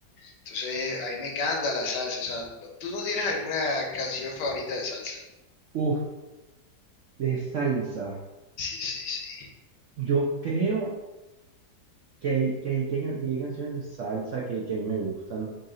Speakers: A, on the left (about 75°); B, on the right (about 75°).
A: Entonces, a mí me encanta la salsa. O sea, ¿tú no tienes alguna canción favorita de salsa?
B: Uf, de salsa.
A: Sí, sí, sí.
B: Yo creo que hay, que hay, que hay- que hay canciones de salsa que, que a mí me gustan.